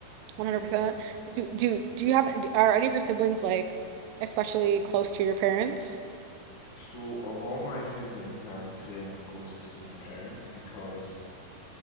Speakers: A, on the right; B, on the left.
A: 100%.
B: yeah
A: Do do do you have do- are any of your siblings like especially close to your parents?
B: so of all my siblings I would say I'm the closest to my parents because